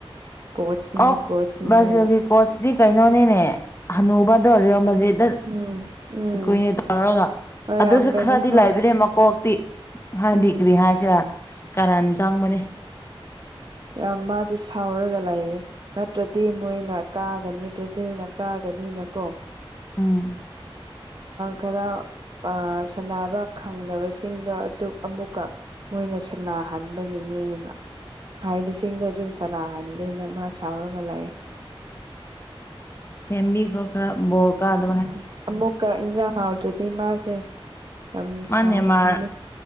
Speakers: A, on the right; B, on the left.
A: ꯀꯣꯆꯅꯦ
B: ꯑꯣ
A: ꯀꯣꯆꯅꯅꯦꯅ
B: ꯕ꯭ꯔꯥꯖꯤꯜꯒꯤ ꯀꯣꯆꯗꯤ ꯀꯩꯅꯣꯅꯦꯅꯦ ꯍꯅꯨꯕꯗꯧꯔꯤꯣ ꯃꯖꯤꯗ
A: ꯎꯝ ꯎꯝ
B: ꯀꯨꯏꯅꯦ ꯇꯧꯔꯒ
A: ꯑꯣꯏꯔꯝꯒꯅꯤ
B: ꯑꯗꯨꯁꯨ ꯈꯔꯗꯤ
A: ꯍꯣꯏ
B: ꯂꯥꯏꯕꯤꯔꯦ ꯃꯀꯣꯛ ꯇꯤ ꯍꯗꯤꯒ꯭ꯔꯤ
A: ꯎꯝ
B: ꯍꯥꯏꯁꯦ ꯀꯔꯅ ꯆꯪꯕꯅꯤ
A: ꯌꯥꯝ ꯃꯥꯗꯤ ꯁꯥꯎꯔꯒ ꯂꯥꯛꯌꯦꯦ ꯅꯠꯇ꯭ꯔꯗꯤ ꯃꯣꯏꯅ ꯀꯥꯒꯅꯤ ꯕ꯭ꯔꯥꯖꯤꯜꯅ ꯀꯥꯒꯅꯤꯅꯀꯣ
B: ꯎꯝ
A: ꯈꯔ ꯁꯥꯟꯅꯕ ꯈꯪꯗꯕꯁꯤꯡꯗꯣ ꯑꯃꯨꯛꯀ ꯃꯣꯏꯅ ꯁꯟꯅꯥꯍꯟꯕꯒꯤꯅꯦꯅ ꯍꯥꯏꯕꯁꯤꯡꯗꯣ ꯑꯗꯨꯝ ꯁꯔꯍꯟꯗꯦꯅ ꯃꯥ ꯁꯥꯎꯔꯒ ꯂꯥꯛ
B: ꯊꯦꯝꯃꯤ ꯈꯣ ꯈꯔ ꯣ ꯀꯥꯗ
A: ꯎꯝ ꯑꯃꯨꯛꯀ ꯏꯟꯖꯥꯡ ꯍꯥꯎꯗ꯭ꯔꯗꯤ ꯃꯥꯁꯦ ꯌꯥꯝ
B: ꯃꯥ
A: ꯁꯥꯎ
B: ꯅꯦꯃꯥꯔ
A: ꯍꯅꯦ